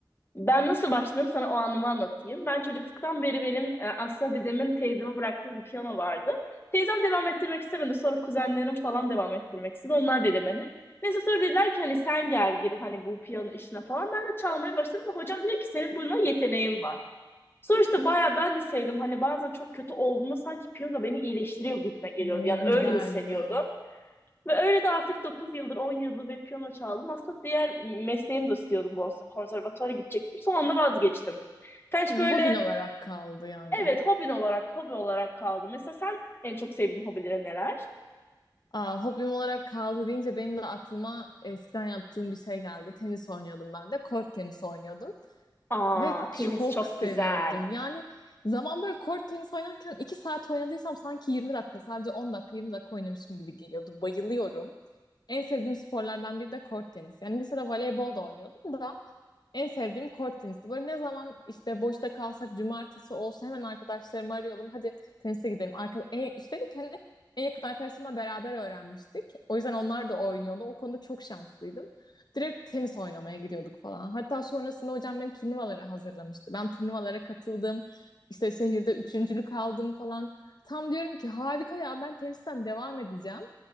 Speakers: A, on the left; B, on the left.
A: Ben nasıl başladım sana o anımı anlatayım. Ben çocukluktan beri benim e, aslında dedemin teyzeme bıraktığı bir piyano vardı. Teyzem devam ettirmek istemedi. Sonra kuzenlerim falan devam ettirmek istedi. Onlar da demedi. Neyse sonra dediler ki hani sen gel gir hani bu piyano işine falan. Ben de çalmaya başladım ve hocam dedi ki senin buna yeteneğin var. Sonra işte bayağı ben de sevdim. Hani bazen çok kötü olduğumda sanki piyano beni iyileştiriyor gibime geliyordu.
B: Ne
A: Yani
B: güzel
A: öyle hissediyordum.
B: ya.
A: Ve öyle de artık 9 yıldır 10 yıldır ve piyano çaldım. Aslında diğer mesleğimi de istiyordum Boston Konservatuvar'a gidecektim. Son anda vazgeçtim. Sen hiç
B: Hı,
A: böyle
B: hobin olarak kaldı yani.
A: evet hobin olarak hobi olarak kaldı. Mesela sen en çok sevdiğin hobilerin neler?
B: Aa, hobim olarak kaldı deyince benim de aklıma eskiden yaptığım bir şey geldi. Tenis oynuyordum ben de. Kort tenisi oynuyordum.
A: Aa
B: Ve
A: tenis
B: çok
A: çok
B: seviyordum.
A: güzel.
B: Yani zaman böyle kort tenis oynarken 2 saat oynadıysam sanki yirmi dakika sadece 10 dakika 20 dakika oynamışım gibi geliyordu. Bayılıyorum. En sevdiğim sporlardan biri de kort tenis. Yani lisede voleybol da oynuyordum da en sevdiğim kort tenisti. Böyle ne zaman işte boşta kalsak cumartesi olsa hemen arkadaşlarımı arıyordum. Hadi tenise gidelim. Arka e, üstelik hani en yakın arkadaşlarımla beraber öğrenmiştik. O yüzden onlar da oynuyordu. O konuda çok şanslıydım. Direkt tenis oynamaya gidiyorduk falan. Hatta sonrasında hocam beni turnuvalara hazırlamıştı. Ben turnuvalara katıldım. İşte şehirde üçüncülük aldım falan. Tam diyorum ki harika ya ben tenisten devam edeceğim.